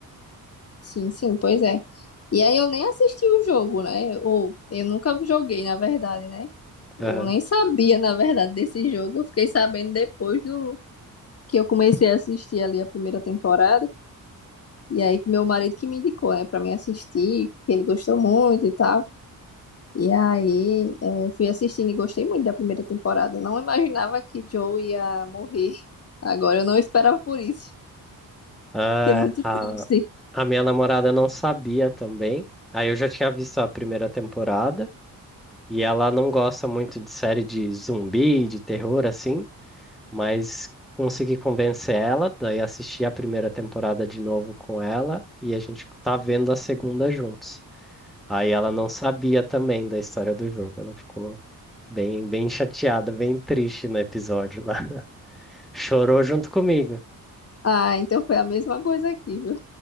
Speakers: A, on the left; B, in the centre.
A: Sim, sim, pois é. E aí eu nem assisti o jogo, né? Ou eu nunca joguei, na verdade, né?
B: Aham.
A: Eu nem sabia, na verdade, desse jogo. Eu fiquei sabendo depois do que eu comecei a assistir ali a primeira temporada. E aí que meu marido que me indicou, né, pra mim assistir, que ele gostou muito e tal. E aí, é, fui assistindo e gostei muito da primeira temporada. Não imaginava que Joe ia morrer agora. Eu não esperava por isso.
B: Ah,
A: Fiquei muito
B: a,
A: triste.
B: a minha namorada não sabia também. Aí eu já tinha visto a primeira temporada. E ela não gosta muito de série de zumbi, de terror, assim. Mas consegui convencer ela, daí assisti a primeira temporada de novo com ela e a gente tá vendo a segunda juntos. Aí ela não sabia também da história do jogo, ela ficou bem, bem chateada, bem triste no episódio lá. <laughs> Chorou junto comigo.
A: Ah, então foi a mesma coisa aqui, viu?